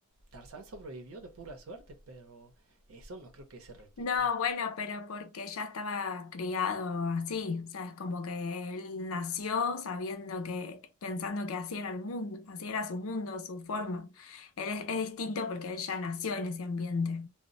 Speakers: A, on the right; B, on the left.
A: Tarzán sobrevivió de pura suerte, pero eso no creo que se repita.
B: No, bueno, pero porque ya estaba criado así, o sea, es como que él nació sabiendo que, pensando que así era el mundo, así era su mundo, su forma. Él es, es distinto porque él ya nació en ese ambiente,